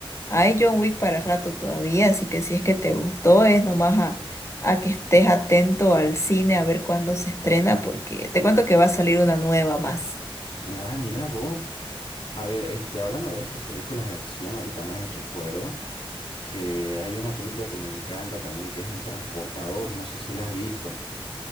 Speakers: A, on the left; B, on the left.
A: Hay John Wick para rato todavía, así que si es que te gustó, es nomás a, a que estés atento al cine a ver cuándo se estrena, porque te cuento que va a salir una nueva más.
B: Ah, mira vos. A ver, este, hablando de estas películas de acción, ahorita me has hecho acuerdo que hay una película que me encanta también, que es El Transportador. No sé si la has visto.